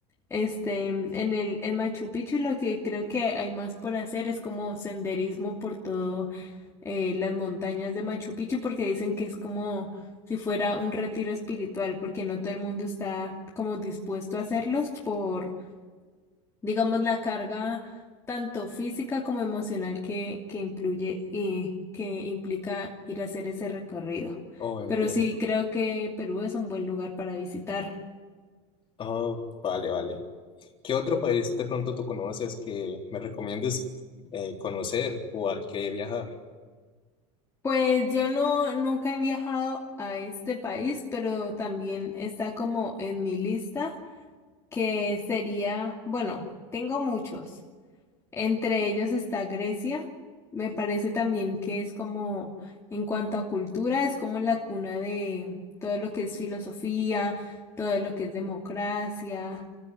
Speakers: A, on the left; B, on the left.
A: Este, en el, en Machu Picchu lo que creo que hay más por hacer es como senderismo por todo eh, las montañas de Machu Picchu porque dicen que es como si fuera un retiro espiritual porque no todo el mundo está como dispuesto a hacerlos por digamos, la carga tanto física como emocional que, que influye y que implica ir a hacer ese recorrido.
B: Oh, entiendo.
A: Pero sí, creo que Perú es un buen lugar para visitar.
B: Oh, vale, vale. ¿Qué otro país de pronto tú conoces que me recomiendes eh, conocer o al que viajar?
A: Pues yo no, nunca he viajado a este país, pero también está como en mi lista, que sería, bueno, tengo muchos. Entre ellos está Grecia. Me parece también que es como, en cuanto a cultura, es como la cuna de todo lo que es filosofía, todo lo que es democracia,